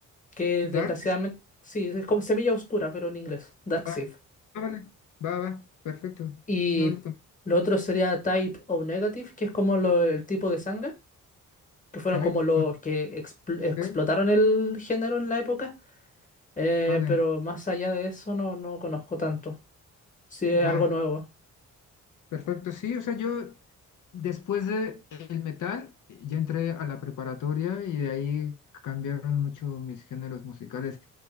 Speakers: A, on the left (about 25°); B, on the left (about 65°).
A: que
B: Dart.
A: desgraciadamente,
B: sí,
A: sí, es como Semilla Oscura, pero en inglés, Dark
B: va.
A: Seed.
B: Ah, vale. Va, va. Perfecto.
A: Y
B: No los conozco.
A: lo otro sería Type O Negative, que es como lo- el tipo de sangre, que fueron
B: Type,
A: como los que expl- explotaron
B: ok.
A: el género en la época, eh,
B: Vale,
A: pero más allá de eso no, no conozco tanto. Si es
B: va,
A: algo nuevo.
B: perfecto. Sí, o sea, yo después de el metal eh, ya entré a la preparatoria y de ahí cambiaron mucho mis géneros musicales.